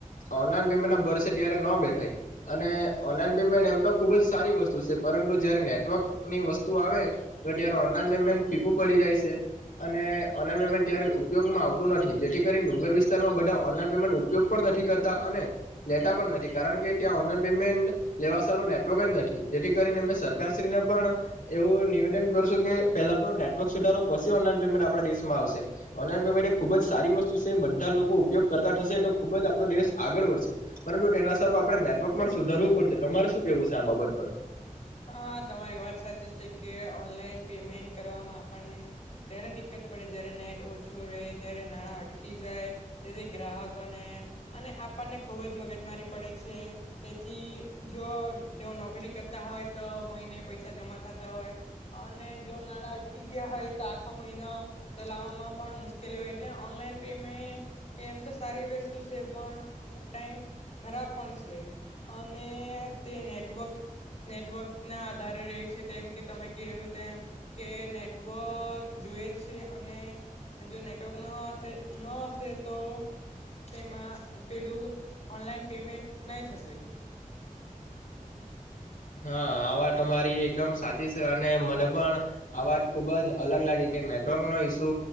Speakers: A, on the left; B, on the left.
A: ઓનલાઈન પેમેન્ટ ના ભરસે ત્યારે ન બેઠાય, અને ઓનલાઈન પેમેન્ટ એમ તો ખુબ જ સારી વસ્તુ છે પરંતુ જયારે નેટવર્ક ની વસ્તુ આવે તો ત્યારે ઓનલાઈન પેમેન્ટ ફીકું પડી જાય છે, અને ઓનલાઈન પેમેન્ટ ત્યારે ઉપયોગમાં આવતું નથી જેથી કરીને ડુંગર વિસ્તારમાં બધા ઓનલાઈન પેમેન્ટ ઉપયોગ પણ નથી કરતા અને, લેતા પણ નથી કારણ કે ત્યાં ઓનલાઈન પેમેન્ટ લેવા સારું નેટવર્ક જ નથી, જેથી કરીને સરકારશ્રીને પણ, એવું નિવેદન કરશું કે પેલા તો નેટવર્ક સુધારો પછી ઓનલાઈન પેમેન્ટ આપણા દેશમાં આવશે, ઓનલાઈન પેમેન્ટ એ ખુબ જ સારી વસ્તુ છે બધા લોકો ઉપયોગ કરતા થશે તો ખુબ જ આપડો દેશ આગળ વધશે, પરંતુ તેના સારું આપણે નેટવર્ક પણ સુધારવું પડશે તમારે શું કેવું છે આ બાબત પર?
B: હા તમારી વાત સાચી છે કે ઓનલાઈન પેમેન્ટ કરવામાં આપણને જ્યારે દિક્કત પડે જ્યારે નેટ ઓછું રહે ત્યારે નાણાં અટકી જાય, તેથી ગ્રાહકોને અને આપણને ખૂબ જ મગજ મારી પડે છે, તેથી જો તેઓ નોકરી કરતા હોય મહિને પૈસા જમા થતા હોય, અને જો નાણાં અટકી ગયા હોય તો આખો મહિનો ચલાવવામાં પણ મુશ્કેલી હોય, એટલે ઓનલાઈન પેમેન્ટ એ એમ તો સારી વસ્તુ છે, પણ અમુક ટાઈમ ખરાબ પણ છે અને તે નેટવર્ક નેટ નેટવર્કના આધારે રહે છે તેમમ કે તમે કહું તેમ, કે નેટવર્ક જોએ છે, અને જો નેટવર્ક ન ન હશે તો તેમાં પેલું ઓનલાઈન પેમેન્ટ નહી થશે.
A: હા આ વાત અમારી એકદમ સાચી છે અને મને પણ, આ વાત ખુબ જ અલગ લાગી કે નેટવર્ક નો ઇસુ